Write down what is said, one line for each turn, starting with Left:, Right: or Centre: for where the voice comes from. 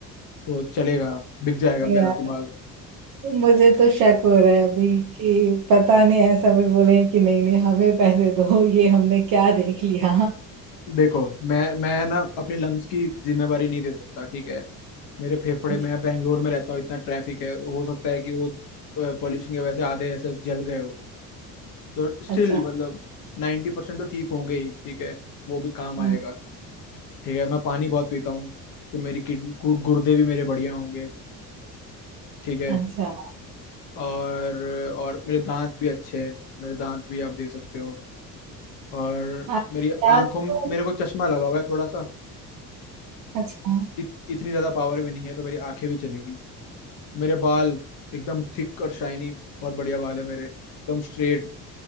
Left: तो चलेगा बिक जाएगा
Right: नहीं
Left: मेरा
Right: यार
Left: दिमाग
Right: मुझे तो शक हो रहा है अभी कि पता नहीं ऐसा फिर बोले कि नहीं नहीं हमें पैसे दो ये हमने क्या देख लिया
Left: देखो मैं मैं ना अपने लंग्स की जिम्मेवारी नहीं दे सकता ठीक है मेरे फेफड़े
Right: <laughs>
Left: मैं बैंगलोर में रहता हूँ इतना ट्रैफिक है हो सकता है कि वो पॉल्यूशन की वजह से आधे ऐसे जल गए हो तो स्टिल
Right: अच्छा
Left: मतलब नाइन्टी परसेंट तो ठीक होंगे ही ठीक है वो भी काम आएगा
Right: हम्म,
Left: ठीक है मैं पानी बहुत पीता हूँ तो मेरी किड गु- गुर्दे भी मेरे बढ़िया होंगे ठीक है
Right: अच्छा
Left: और और मेरे दांत भी अच्छे हैं मेरे दांत भी आप दे सकते हो और
Right: हाँ,
Left: मेरी
Right: याद
Left: आंखों
Right: तो
Left: मेरे को चश्मा लगा हुआ है थोड़ा सा
Right: अच्छा
Left: इत, इतनी ज्यादा पावर भी नहीं है तो मेरी आंखें भी चलेगी मेरे बाल एकदम थिक और शाइनी बहुत बढ़िया बाल है मेरे एकदम स्ट्रेट